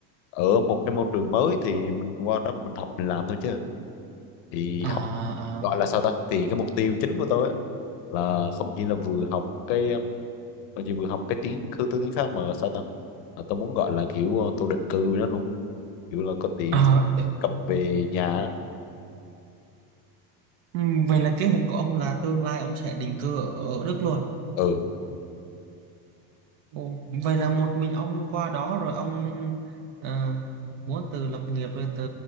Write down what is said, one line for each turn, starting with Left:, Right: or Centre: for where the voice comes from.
Left: ở một cái môi trường mới thì mình qua đó mình học mình làm thôi chứ thì
Right: à,
Left: học gọi
Right: à,
Left: là sao ta thì cái mục tiêu chính của tôi á, là không chỉ là vừa học cái Tôi chỉ vừa học cái tiếng cư tư tiếng Pháp mà sao ta Mà tôi muốn gọi là kiểu ờ, tôi định cư với nó luôn kiểu là có tiền
Right: à,
Left: cầm về nhà á.
Right: ừm, vậy là kế hoạch của ông là tương lai ông sẽ định cư ở, Đức luôn
Left: ừ
Right: Ồ, vậy là một mình ông qua đó rồi ông ờ, muốn từ lập nghiệp rồi từ